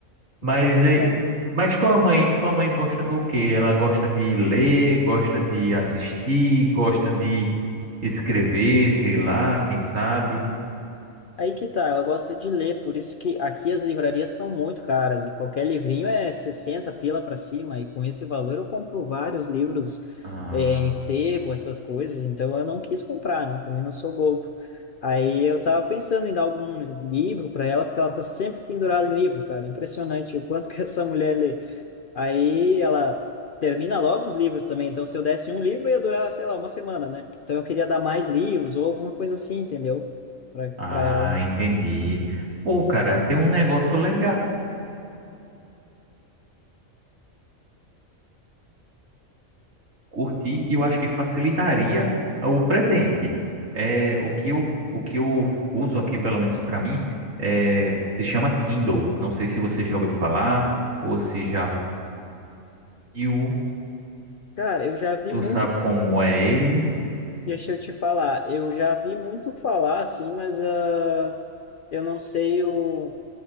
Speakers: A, on the right (about 75°); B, on the left (about 55°).
A: Mas,
B: Né, Lucas?
A: e- e- mas tua mãe, tua mãe gosta do quê? Ela gosta de ler, gosta de assistir, gosta de escrever, sei lá, quem sabe.
B: Aí que tá, ela gosta de ler, por isso que aqui as livrarias são muito caras e qualquer livrinho é 60 pila para cima, e com esse valor eu compro vários livros
A: Ah,
B: é, em sebo, essas coisas, então eu não quis comprar, né? Também não sou bobo. Aí eu tava pensando em dar algum livro para ela, porque ela tá sempre pendurada em livro, cara. Impressionante o quanto que <laughs> essa mulher lê. Aí ela termina logo os livros também, então se eu desse um livro ia durar, sei lá, uma semana, né? Então eu queria dar mais livros ou alguma coisa assim, entendeu?
A: ah,
B: Para ela.
A: entendi. Pô, cara, tem um negócio legal. Curtir, eu acho que facilitaria o presente. É, o que eu, o que eu uso aqui, pelo menos para mim, é, se chama Kindle. Não sei se você já ouviu falar ou se já viu.
B: Cara, eu já vi
A: Tu
B: muito,
A: sabe como é ele?
B: deixa eu te falar, eu já vi muito falar assim, mas ah, eu não sei o